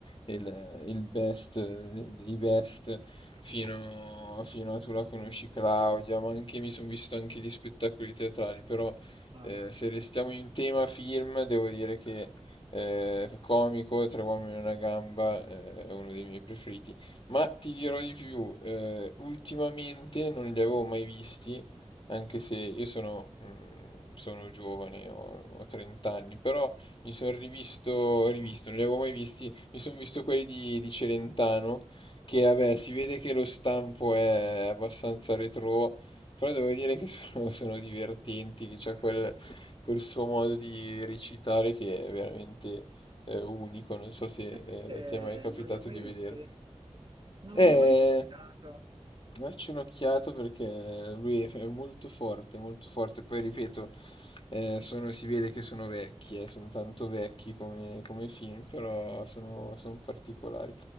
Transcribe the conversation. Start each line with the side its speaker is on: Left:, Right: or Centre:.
Left: il, il best eh, dei best, fino, fino a Tu la conosci Claudia, ma anche mi sono visto anche gli spettacoli teatrali, però
Right: Ah.
Left: eh, se restiamo in tema film, devo dire che eh, il comico Tre uomini e una gamba eh, è uno dei miei preferiti. Ma ti dirò di più, eh, ultimamente non li avevo mai visti, anche se io sono, mm, sono giovane, ho, ho 30 anni, però mi sono rivisto, rivisto, non li avevo mai visti, mi sono visto quelli di, di Celentano, che vabbè, si vede che lo stampo è abbastanza retro però devo dire che <laughs> sono, sono divertenti, che c'è quel, quel suo modo di recitare che è veramente eh, unico. Non so se
Right: E sai
Left: eh,
Right: che
Left: ti è mai capitato
Right: non li ho mai
Left: di
Right: visti?
Left: vedere.
Right: Non
Left: Eh,
Right: mi è mai capitato.
Left: Dacci un'occhiata perché lui è è molto forte, molto forte. Poi ripeto, eh, sono- si vede che sono vecchi, eh, sono tanto vecchi come, come film, però sono, sono particolari.